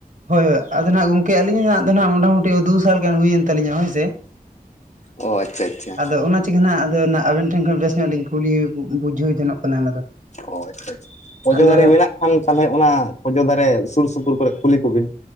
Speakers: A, on the right (about 55°); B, on the left (about 45°).
A: ᱦᱳᱭ ᱦᱳᱭ ᱟᱫᱚ ᱦᱜ ᱜᱚᱝᱠᱮ ᱟᱹᱞᱤᱧ ᱦᱟᱸᱜ ᱫᱚ ᱱᱟᱦᱱᱟᱜ ᱢᱚᱴᱟᱢᱩᱴᱤ ᱫᱩ ᱥᱟᱞ ᱜᱟᱱ ᱦᱩᱭᱮᱱ ᱛᱟᱹᱞᱤᱧᱟ ᱦᱳᱭ ᱥᱮ᱾
B: ᱚ ᱟᱪᱪᱷᱟ ᱟᱪᱪᱷᱟ
A: ᱟᱫᱚ ᱚᱱᱟ ᱪᱤᱠᱟᱹ ᱱᱟᱜ ᱟᱫᱚ ᱟᱵᱮᱱ ᱴᱷᱮᱱ ᱠᱷᱚᱱ ᱵᱮᱥ ᱧᱚᱜ ᱞᱤᱧ ᱠᱩᱞᱤ ᱵᱩᱡᱷᱟᱹᱣ ᱡᱚᱱᱚᱜ ᱠᱟᱱᱟ ᱚᱱᱟ ᱫᱚ᱾
B: ᱚ ᱟᱪᱪᱷᱟ ᱟᱪᱪᱷᱟ ᱯᱚᱡᱚ
A: ᱟᱫᱚ
B: ᱫᱟᱨᱮ ᱢᱮᱱᱟᱜ? ᱠᱷᱟᱱ ᱛᱟᱞᱦᱮ ᱚᱱᱟ ᱯᱚᱡᱚ ᱫᱟᱨᱮ ᱥᱩᱨ ᱥᱩᱯᱩᱨ ᱠᱚᱨᱮ ᱠᱩᱞᱤ ᱠᱚᱵᱤᱱ᱾